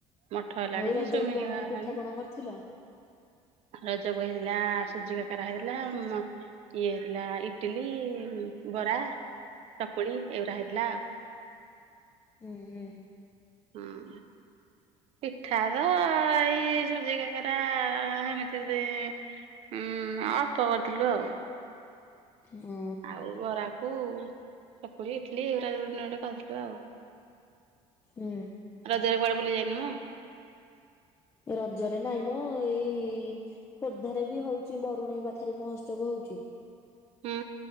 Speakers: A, on the right; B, on the left.
A: ମଠ ହେଲାଣି
B: ଆଉ ରଜକୁ
A: ସୁମିଙ୍ଗଆ
B: କଣ
A: ହେଲାଣି।
B: ପିଠା ପଣା କରିଥିଲ?
A: ରଜକୁ ହେଇଥିଲା ସୁଜି କାକେରା ହେଇଥିଲା ମ ଇଏ ହେଇଥିଲା ଇଟିଲି ବରା ଚକୁଳି ଏଇଗୁଡା ହେଇଥିଲା ଆଉ।
B: ହୁଁ ଉଁ।
A: ହୁଁ। ପିଠା ରା ଏଇ ସୁଜି କାକରା ହେମିତି ଉଁ ଅଳ୍ପ କରିଥିଲୁ ଆଉ।
B: ହଁ।
A: ଆଉ ବରାକୁ ଚକୁଳି ଇଟିଲି ଏଉରା ଉନା ଗୋଟେ କରିଦେଲୁ ଆଉ।
B: ହୁଁ।
A: ରଜ କୁ କୁଆଡେ ବୁଲି ଯାଇନୁ?
B: ଏ ରଜରେ ନାଇଁ ମୋ ଏଇ ଖୋର୍ଦ୍ଧାରେ ବି ହଉଚି ବରୁଣେଇ ପାଖରେ ମହୋତ୍ସବ ହଉଚି।
A: ହୁଁ